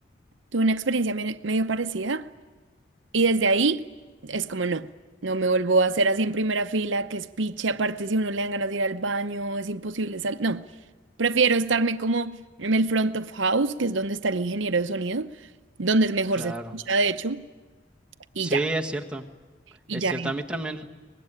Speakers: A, on the right (about 75°); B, in the centre.
A: tuve una experiencia me- medio parecida. Y desde ahí es como no, no me vuelvo a hacer así en primera fila, que es piche, aparte si uno le dan ganas de ir al baño, es imposible salir. No, prefiero estarme como en el front of house, que es donde está el ingeniero de sonido, donde es mejor
B: Claro.
A: se escucha, de hecho, y
B: Sí,
A: ya,
B: es cierto,
A: y
B: es
A: ya.
B: cierto. A mí también.